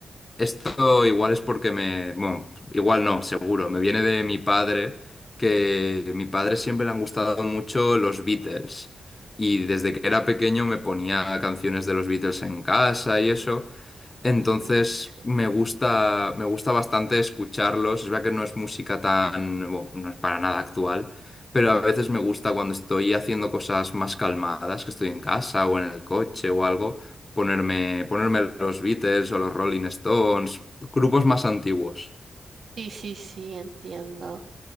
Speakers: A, on the left (about 20°); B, on the right (about 55°).
A: esto igual es porque me, bueno, igual no, seguro, me viene de mi padre, que mi padre siempre le han gustado mucho los Beatles. Y desde que era pequeño me ponía canciones de los Beatles en casa y eso. Entonces
B: Mm, sí.
A: me gusta, me gusta bastante escucharlos. Es verdad que no es música tan, bueno, no es para nada actual, pero a veces me gusta cuando estoy haciendo cosas más calmadas, que estoy en casa o en el coche o algo, ponerme, ponerme los Beatles o los Rolling Stones, grupos más antiguos.
B: Sí, sí, sí, entiendo.